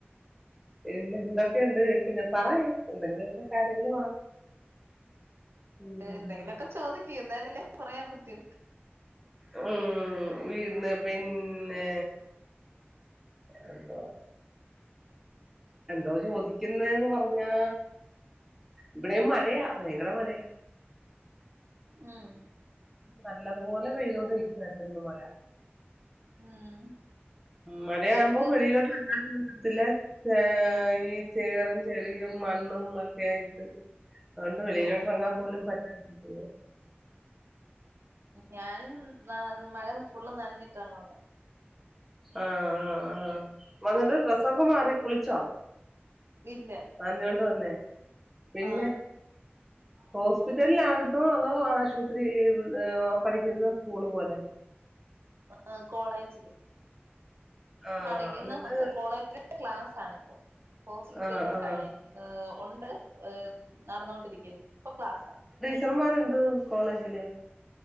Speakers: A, in the centre; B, on the right.
A: പിന്നെ എന്തൊക്കെയുണ്ട് പിന്നെ പറ എന്തെങ്കിലും ഇ കാര്യങ്ങള് പറ ഉം
B: എന്തെങ്കിലും ഒക്കെ എന്തായാലുംല്ലേ പറയാൻ പറ്റൂ
A: ഉം വെറെന്ന പിന്നെ എന്ത എന്തോ ചോദിക്കുന്നന്ന് പറഞ്ഞാ ഇവിടെ മഴയാഭയങ്കര മഴയാ
B: ഉം
A: നല്ലതുപോലെ പെയ്തൊണ്ട് വക്കമായിരുന്നുരുന്നു മഴ
B: ഉം
A: മഴയാവുമ്പോ
B: ഏ-
A: വെളിയിലോട്ട് ഇറങ്ങാനൊന്നും പറ്റില്ല ആഹ് ഈ ചേറും ചെളിയും മണ്ണും ഒക്കെ ആയിട്ട് അതുകൊണ്ട് വെളിയില്ട്റങ്ങാൻ
B: ഓ
A: പോലും പറ്റാതിരിക്ക
B: ഞാനും മഴ ഫുള്ള് നനഞ്ഞിട്ടാണ് വന്നത്
A: ആഹ് ആഹ് ആഹ് വന്നിട്ട് ഡ്രസൊക്കെ മാറി കുളിച്ചോ
B: ഇല്ല
A: പറഞ്ഞോണ്ട് തന്നേ പിന്നെ
B: ആ
A: ഹോസ്പിറ്റല ല ആത്ത അതോ ആ ആശുപത്രി പഠിക്കുന്ന സ്കൂള് പോലെ
B: ആഹ് കോളേജില്
A: ആഹ്
B: പഠിക്കുന്ന
A: എന്നിട്ട്
B: കോളേജ് <unintelligible> ക്ലാസ് ആണ ഇപ്പോൾ ഹോസ്പിറ്റലിലെ
A: ആഹ് ആഹ്
B: കഴി ഉണ്ട് നടന്നൊണ്ടിരിക്കുന്നു ഇപ്പൊ ക്ലാസ്സ
A: ചറന്മാരുണ്ട് കോളേജിൽ